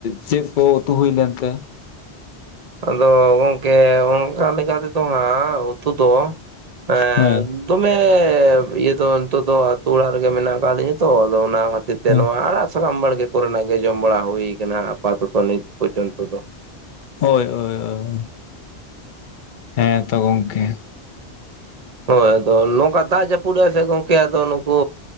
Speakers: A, on the left (about 55°); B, on the right (about 45°).
A: ᱪᱮᱫ ᱠᱚ ᱩᱛᱩ ᱦᱩᱭ ᱞᱮᱱᱛᱮ?
B: ᱟᱫᱚ ᱜᱚᱝᱠᱮ ᱚᱱᱠᱟ ᱞᱮᱠᱟ ᱛᱮᱫᱚ ᱦᱟᱸᱜ ᱩᱛᱩ ᱫᱚ, ᱮᱻ
A: ᱦᱮᱸ
B: ᱫᱚᱢᱮᱻᱤᱭᱟᱹ ᱫᱚ ᱱᱤᱛᱚᱜ ᱫᱚ, ᱛᱚ ᱚᱲᱟᱜ ᱨᱮᱜᱮ ᱢᱮᱱᱟᱜ ᱟᱠᱟᱫ ᱞᱤᱧᱟ ᱛᱚ, ᱟᱫᱚ ᱚᱱᱟ ᱠᱷᱟᱹᱛᱤᱨ ᱛᱮ
A: ᱦᱮᱸ
B: ᱱᱚᱣᱟ ᱟᱲᱟᱜ ᱥᱟᱠᱟᱢ ᱵᱟᱲᱜᱮ ᱠᱚᱨᱮᱱᱟᱜ ᱜᱮ ᱡᱚᱢ ᱵᱟᱲᱟ ᱦᱩᱭ ᱟᱠᱟᱱᱟ ᱟᱯᱟᱛᱚᱛᱚ ᱱᱤᱛ ᱯᱚᱨᱡᱚᱱᱛᱚ ᱫᱚ᱾
A: ᱦᱳᱭ ᱳᱭᱻᱳᱭ ᱦᱮᱸ ᱛᱚ ᱜᱚᱝᱠᱮ,
B: ᱦᱳᱭ, ᱟᱫᱚ ᱱᱚᱝᱠᱟ ᱫᱟᱜ ᱡᱟᱹᱯᱩᱫ ᱨᱮ ᱥᱮ ᱜᱚᱢᱠᱮ ᱟᱫᱚ ᱱᱩᱠᱩ